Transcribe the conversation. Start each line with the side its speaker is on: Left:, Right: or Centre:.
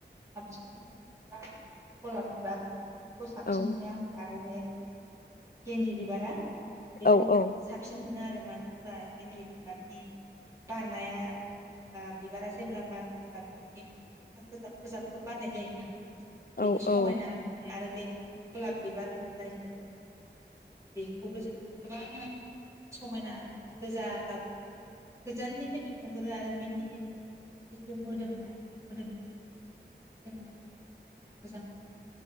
Right: साबसिन मोनै बिबारा <inaudible> गलाब <inaudible> बिबार खौ साबसिन
Left: औ
Right: मोनो आं आरो बे गिन्दि बिबारा बेखौ
Left: औ औ
Right: साबसिन मोनो आरो मानो होनबा इनद्रिन बिबारनि बारनाया ओ बिबारा जेब्ला बारो अब्ला बिनि थाखो थाखो जाबखो जाबखो बारनाय जायो ना
Left: औ
Right: बेखौ समायना
Left: औ
Right: नुयो आरो बे गलाब बिबार होनो जायखो बेखौबो जोङो गोबां समायना गोजा गाबनि माने गोजाननिफ्रायनो नुहुरो आरो बिनि जिथु मोदोमनाय मोदोमनायखौबो जोङो माने मोजां नुयो